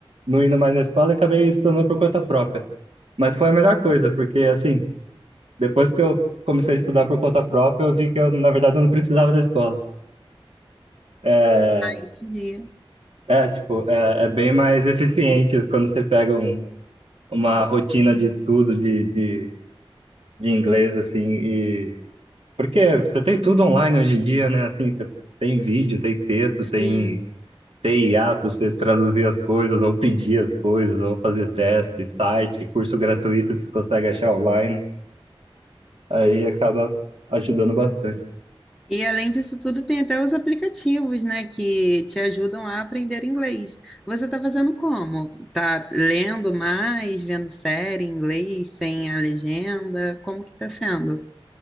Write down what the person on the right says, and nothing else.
não indo mais na escola e acabei estudando por conta própria. Mas foi a melhor coisa, porque assim, depois que eu comecei a estudar por conta própria, eu vi que eu, na verdade, eu não precisava da escola. É,
é tipo, é, é bem mais eficiente quando você pega um uma rotina de estudo de, de, de inglês, assim, e... Porque você tem tudo online hoje em dia, né? Assim, você tem vídeo, tem texto,
tem, tem IA para você traduzir as coisas, ou pedir as coisas, ou fazer teste, site, curso gratuito que você consegue achar online. Aí acaba ajudando bastante.